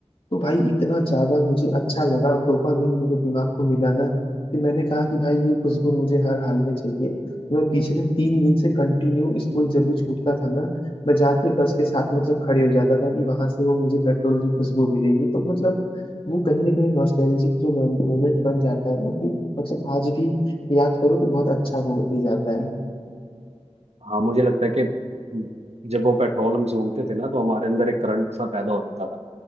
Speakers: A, on the left (about 50°); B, on the right (about 70°).
A: तो भाई इतना ज्यादा मुझे अच्छा लगा डोपामिन मेरे दिमाग को मिला ना फिर मैंने कहा कि भाई ये खुशबू मुझे हर हाल में चाहिए तो मैं पिछले तीन दिन से कंटिन्यू स्कूल जब भी छूटता था ना मैं जाके बस के साथ मतलब खड़े हो जाता था कि वहां से वो मुझे पेट्रोल की खुशबू मिलेगी तो मतलब वो कहीं ना कहीं नॉस्टैल्जिक जो मोमेंट बन जाता है ना वो मतलब आज भी याद करो तो बहुत अच्छा वो दे जाता है
B: हाँ मुझे लगता है कि जब वो पेट्रोल हम सूंघते थे ना तो हमारे अंदर एक करंट सा पैदा हो जाता था